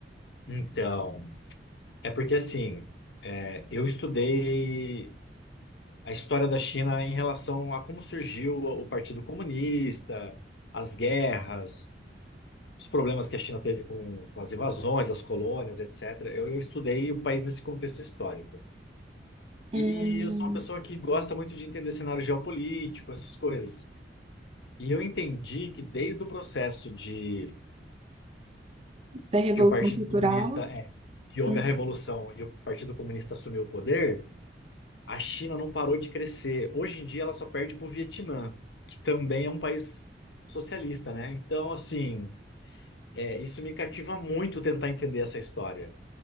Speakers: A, on the left; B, on the right.
A: Então, é porque assim, é, eu estudei a história da China em relação a como surgiu o Partido Comunista, as guerras. os problemas que a China teve com, com as invasões, as colônias, etc. Eu, eu estudei o país nesse contexto histórico.
B: Hum,
A: E eu sou uma pessoa que gosta muito de entender cenário geopolítico, essas coisas. E eu entendi que desde o processo de
B: da Revolução
A: que o Partido
B: Cultural?
A: Comunista é, que houve
B: Hum,
A: a revolução e o Partido Comunista assumiu o poder, a China não parou de crescer. Hoje em dia ela só perde para o Vietnã, que também é um país socialista, né? Então, assim, é, isso me cativa muito tentar entender essa história.